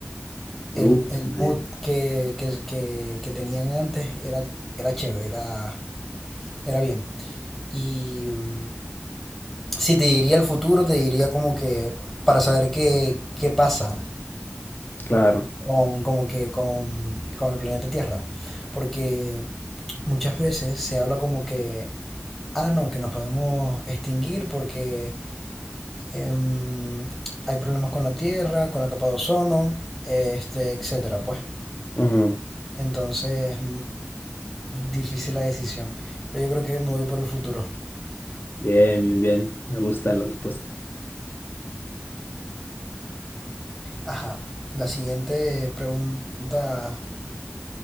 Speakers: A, on the left (about 55°); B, in the centre.
A: Uh,
B: El,
A: suena
B: el mood
A: bien.
B: que, que, que- que tenían antes era, era chévere, era, era bien. Y mm, Si te diría el futuro, te diría como que para saber qué, qué pasa
A: Claro.
B: con, como que con, con el planeta Tierra. Porque muchas veces se habla como que, ah, no, que nos podemos extinguir porque em, hay problemas con la Tierra, con la capa de ozono, este, etcétera, pues.
A: Ujú.
B: Entonces, mm, difícil la decisión. Pero yo creo que me voy por el futuro.
A: Bien, bien, bien. Me gusta la respuesta.
B: Ajá. La siguiente pregunta